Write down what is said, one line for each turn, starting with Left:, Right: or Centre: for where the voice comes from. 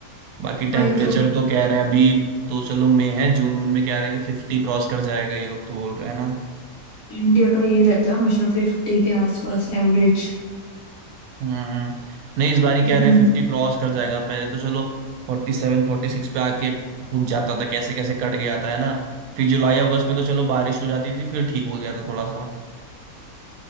Right: बाकी टेम्परेचर
Left: वही तो
Right: तो कह रहे हैं अभी तो चलो मई है जून वून में कह रहे हैं कि फिफ्टी क्रॉस कर जाएगा ये लोग तो बोल रहे हैं ना
Left: इंडिया का यही रहता है हमेशा फिफ्टी के आसपास एवरेज
Right: हम्म नहीं इस बार ही
Left: हम्म।
Right: कह रहे हैं फिफ्टी क्रॉस कर जाएगा पहले तो चलो फोर्टी सेवन फोर्टी सिक्स पे आके रुक जाता था कैसे कैसे कट गया था है ना फिर जुलाई अगस्त में तो चलो बारिश हो जाती थी फिर ठीक हो गया था थोड़ा सा